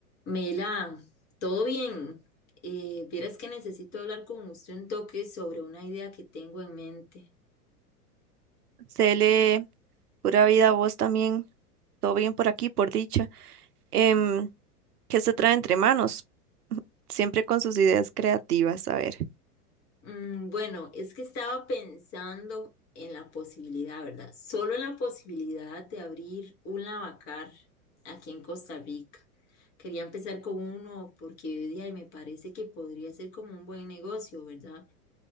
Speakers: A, on the left (about 30°); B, on the right (about 75°).
A: Mela, todo bien. Eh, vieras que necesito hablar con usted un toque sobre una idea que tengo en mente.
B: Cele, pura vida a vos también. Todo bien por aquí, por dicha. Em, ¿qué se trae entre manos? Siempre con sus ideas creativas. A ver,
A: Mm, bueno, es que estaba pensando en la posibilidad, ¿verdad? Solo en la posibilidad de abrir un lavacar aquí en Costa Rica. Quería empezar con uno porque de ahí me parece que podría ser como un buen negocio, ¿verdad?